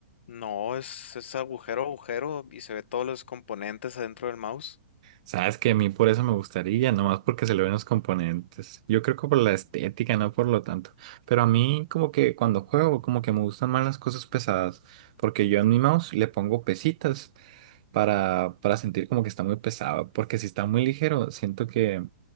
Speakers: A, on the left (about 55°); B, on the right (about 30°).
A: No, es, es agujero, agujero y se ve todos los componentes adentro del mouse.
B: Sabes que a mí por eso me gustaría, nomás porque se le ven los componentes. Yo creo que por la estética, no por lo tanto. Pero a mí como que cuando juego, como que me gustan más las cosas pesadas, porque yo en mi mouse le pongo pesitas para, para sentir como que está muy pesado, porque si está muy ligero, siento que,